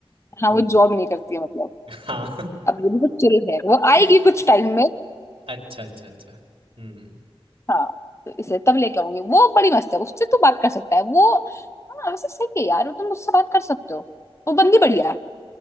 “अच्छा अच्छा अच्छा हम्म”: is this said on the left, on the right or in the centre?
Right